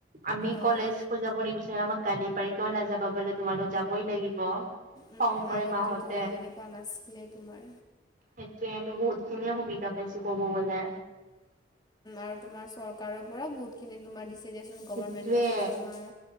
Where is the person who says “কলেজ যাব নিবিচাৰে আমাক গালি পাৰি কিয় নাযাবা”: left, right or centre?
Right